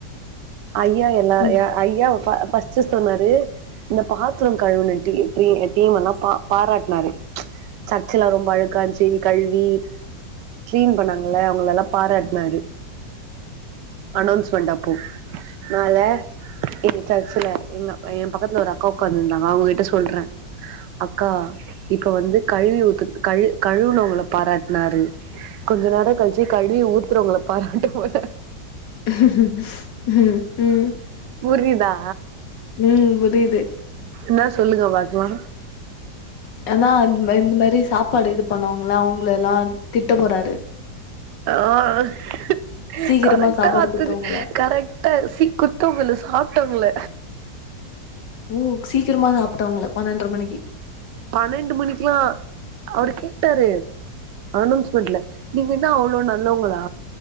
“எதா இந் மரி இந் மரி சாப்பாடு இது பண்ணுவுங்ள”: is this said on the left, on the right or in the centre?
Left